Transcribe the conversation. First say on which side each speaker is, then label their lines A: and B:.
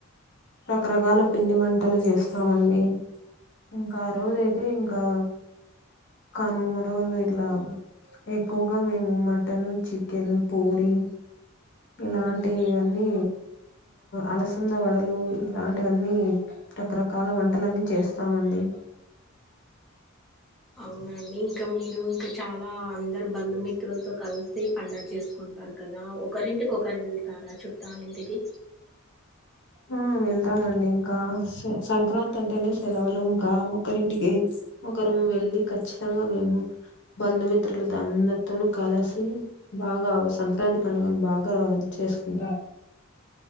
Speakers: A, on the left; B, in the centre.
A: రకరకాల పిండి వంటలు చేస్తామండి ఇంకా ఆ రోజు అయితే ఇంకా కనుమ రోజుయి ఇట్లా ఎక్కువగా మేము మటన్ చికెన్ పూరి ఇలాంటివన్నీ అలసంద వడలు ఇలాంటివన్నీ రకరకాల వంటలన్నీ చేస్తామండి
B: అవునండి ఇంకా మీరు ఇంకా చాలా అందరు బంధుమిత్రులతో కలిసి పండగ చేసుకుంట అంటారు కదా ఒకరింటికి ఒకరు వెళ్తారా చుట్టాల ఇంటికి
A: ఆ వెళ్తామండి ఇంకా సంక్రాంతి అంటేనే సెలవులు ఇంకా ఒకరింటికి ఒకరు వెళ్ళి ఖచ్చితంగా మేము బంధుమిత్రులతో అందరితోనూ కలిసి బాగా సంక్రాంతి పండుగను బాగా చేసుకుంటాం